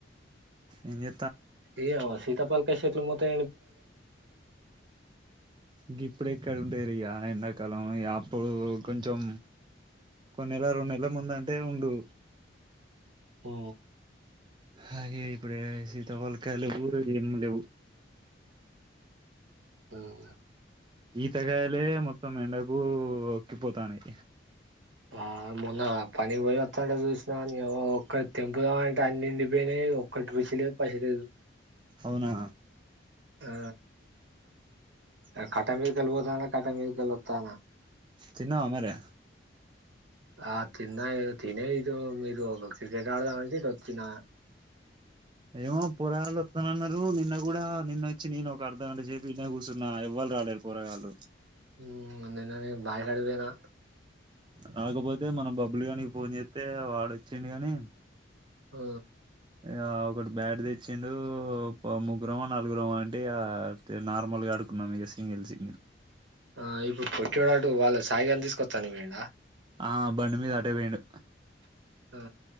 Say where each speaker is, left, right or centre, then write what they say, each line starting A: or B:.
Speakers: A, on the right (about 25°); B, on the right (about 80°).
A: ఏం చే
B: ఏ వ సీతాపల్ కాసేపు నువ్వు మొ్తే
A: గిప్పుడేక్కడు ఉండరి ఆ ఎండాకాలం అప్పుడు కొంచెం కొన్ని నెల నెలల ముంద అంటే ఉండు
B: ఓ
A: హా ఇప్పుడే సీతాఫళకాయ కూడా ఏం లేవు
B: మ్మ్
A: ఈతగాయలే మొత్తం ఎండకు ఉక్కిపోతనయ్
B: ఆ మొన్న పని పోయి అత్తండ చూసినాన్ ఏవో ఒక్కటి తెంపుదాం అంటే అన్ని ఎండిపోయినాయ్ ఒక్కటి రుచి లేదు పసిలేదు
A: అవునా
B: ఆ ఆ కట్ట మీకి వెల్లిబోదన్న కటమే వెల్లొతానా
A: తిన్నావా మరి
B: ఆ తిన్న తినే ఇదు మీరు క్రికెట్ ఆడదామంటే ఇటు వచ్చిన
A: ఏమో పురాలోత్తునన్నారు నిన్న కూడా నిన్ చ్చినను ఒక అర్ధగంట సేప్ ఈ నే కూస్సున్నా ఎవ్వలు రాలే పోరగాళ్లు
B: మ్మ్ నిన్ననే బాయి కాడివేనా
A: రాకపోతే మనం బబ్బులు కానికి ఫోన్ చేస్తే వాడు వచ్చిండు గాని
B: ఆ
A: ఆ ఒకటి బ్యాట్ తెచ్చిండు ముగ్గురమో, నాలుగురమో అంటే ఇగ నార్మల్గా ఆడుకున్నాం ఇగ సింగిల్ సింగిల్
B: ఆ ఇప్పుడు పొట్టోడువాడు వాళ్ళ సాయిగాని తీసుకొచ్చా అని వోయిండా
A: ఆ బండి మీద అటే పోయిండు
B: ఆ